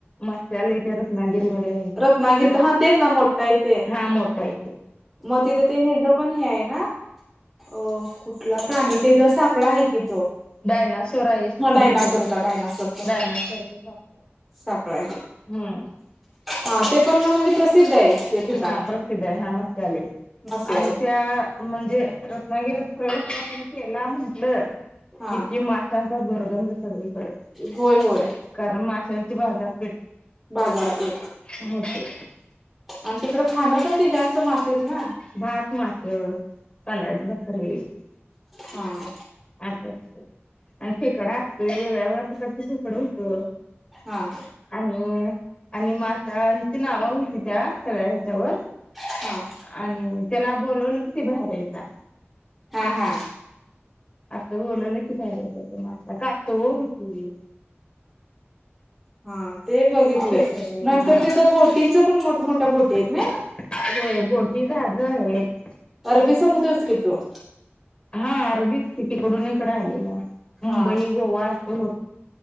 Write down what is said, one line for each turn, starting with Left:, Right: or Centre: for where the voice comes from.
Left: मश्या लेत. रत्नागिरी मध्ये आहे.
Centre: रत्नागिरीत हा तेच ना मोठा आहे ते
Left: हा मोठा आहे ते,
Centre: मग तिथं ते हेजं, पण हे आहे ना हो. कुठला प्राणी तो, तेचा सापळा आहे की तो.
Left: डायनासोर आहे
Centre: हा डायनासोरचा
Left: बहुतेक,
Centre: डायनासोरचा
Left: डायनासोरचा सापळा.
Centre: सापळा हाय.
Left: व्हय.
Centre: हा, ते पण म्हणजे. प्रसिद्ध आहे ते ठिकाण
Left: हा प्रसिद्ध आहे हा मसाले,
Centre: मासेवाले
Left: आणि त्या म्हणजे रत्नागिरीत प्रवेश आपण केला म्हंटलं.
Centre: हा
Left: किती माशांचा दुर्गंध सगळीकड.
Centre: होय होय
Left: कारण माशांचे बाजारपेठ
Centre: बाजारपेठ
Left: मोठे ये.
Centre: आणि तिकड खाणं पण, ते जास्त मासेच ना.
Left: भात मास <unintelligible>
Centre: हां...
Left: अस असतंय आणि खेकडा असतोय, वेगवेगळ्या प्रकारचे खेकडं होत.
Centre: हा...
Left: आणि, आणि माशांची नाव होती. त्या सगळ्या हेच्यावर.
Centre: हा...
Left: आणि त्याला बोलवलं कि, ते बाहेर यायचा.
Centre: हा हा.
Left: अस बोलवलं की, बाहेर येतात मास कासवं होती.
Centre: हा ते बघितलंय
Left: खेकडे
Centre: नंतर
Left: हां,
Centre: तिथं बोटींच
Left: पण
Centre: मोठमोठ्या
Left: मोठमठ्याट
Centre: बोटी आहेत
Left: होत्या ना. होय, बोटी जाझ आहेत.
Centre: अरबी समुद्रच की तो.
Left: हां, अरबीच. तिकडून इकडे आलेला, मुंबई
Centre: हा
Left: गोवा असं होत.